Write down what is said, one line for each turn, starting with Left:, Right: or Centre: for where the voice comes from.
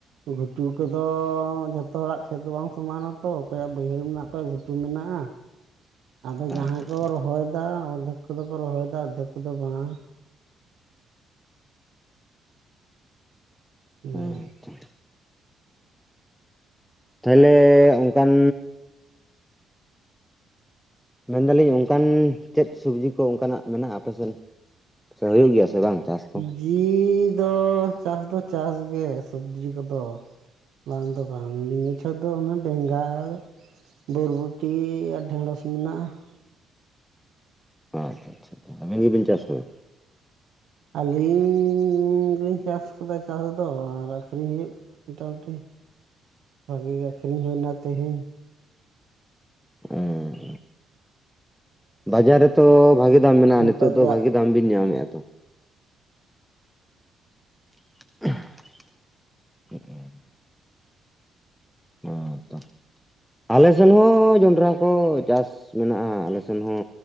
Right: ᱜᱷᱩᱴᱩ ᱠᱚᱫᱚ ᱡᱷᱚᱛᱚ ᱦᱚᱲᱟᱜ ᱠᱷᱮᱛ ᱵᱟᱝ ᱥᱚᱢᱟᱱᱟᱛᱚ ᱚᱠᱚᱭᱟᱜ ᱵᱟᱹᱭᱦᱟᱹᱲ ᱢᱮᱱᱟᱜ ᱚᱠᱚ ᱜᱷᱩᱴᱩ ᱢᱮᱱᱟᱜ-ᱟ ᱟᱫᱚ
Centre: ᱟᱪᱪᱷᱟ
Right: ᱡᱟᱦᱟᱸᱭ
Centre: ᱟᱪᱪᱷᱟ
Right: ᱠᱚ ᱨᱚᱦᱚᱭ ᱫᱟ ᱚᱫᱷᱮᱠ ᱠᱚᱫᱚ ᱠᱚ ᱨᱚᱦᱚᱭ ᱫᱟ ᱟᱫᱷᱮᱠ ᱠᱚᱫᱚ ᱵᱟᱝ
Centre: ᱦᱮᱸᱛᱚ
Right: ᱦᱩᱸ
Centre: ᱛᱟᱦᱚᱞᱮ ᱚᱱᱠᱟᱱ ᱢᱮᱱᱫᱟᱞᱤᱧ ᱚᱱᱠᱟᱱ ᱪᱮᱫ ᱥᱚᱵᱡᱤ ᱠᱚ ᱚᱱᱠᱟᱱᱟᱜ ᱢᱮᱱᱟᱜ-ᱟ ᱟᱯᱮᱥᱮᱫ ᱥᱮ ᱦᱩᱭᱩᱜ ᱜᱮᱭᱟ ᱥᱮ ᱵᱟᱝ ᱪᱟᱥ ᱠᱚ
Right: ᱡᱤᱫ ᱫᱚ ᱪᱟᱥᱫᱚ ᱪᱟᱥᱜᱮ ᱥᱚᱵᱽᱡᱤ ᱠᱚᱫᱚ ᱵᱟᱝ ᱫᱚ ᱵᱟᱝ ᱱᱤᱭᱟᱹ ᱪᱷᱚᱨ ᱫᱚ ᱚᱱᱟ ᱵᱮᱸᱜᱟᱲ ᱵᱚᱨᱵᱚᱴᱤ ᱟᱨ ᱰᱷᱮᱸᱲᱚᱥ ᱢᱮᱱᱟᱜ-ᱟ ᱾
Centre: ᱟᱪᱪᱷᱟ ᱟᱪᱷᱟ ᱟᱵᱮᱱ ᱜᱮᱵᱤᱱ ᱪᱟᱥ ᱮ-ᱟ ᱾
Right: ᱟᱹᱞᱤᱧ ᱜᱮᱞᱤᱧ ᱪᱟᱥ ᱟᱠᱟᱫᱟ ᱪᱟᱥ ᱫᱚ ᱟᱨ ᱟᱹᱠᱷᱨᱤᱧ ᱦᱩᱭᱩᱜ ᱢᱚᱴᱟᱢᱩᱴᱤ ᱵᱷᱟᱜᱤ ᱜᱮ ᱟᱠᱷᱨᱤᱧ ᱦᱩᱭᱱᱟ ᱛᱮᱦᱤᱧ
Centre: ᱦᱮᱸ ᱵᱟᱡᱟᱨ ᱨᱮᱛᱚ ᱵᱷᱟᱜᱤ ᱫᱟᱢ ᱢᱮᱱᱟᱜ-ᱟ ᱱᱤᱛᱚᱜ
Right: ᱵᱟᱡᱟᱨ
Centre: ᱫᱚ ᱵᱷᱟᱜᱤ ᱫᱟᱢ ᱵᱤᱱ ᱧᱟᱢᱮᱫ-ᱟ ᱛᱚ <unintelligible> ᱦᱚᱸ ᱛᱚ ᱟᱞᱮ ᱥᱮᱱ ᱦᱚᱸ ᱡᱚᱱᱰᱨᱟ ᱠᱚ ᱪᱟᱥ ᱢᱮᱱᱟᱜ-ᱟ ᱟᱞᱮᱥᱮᱱ ᱦᱚᱸ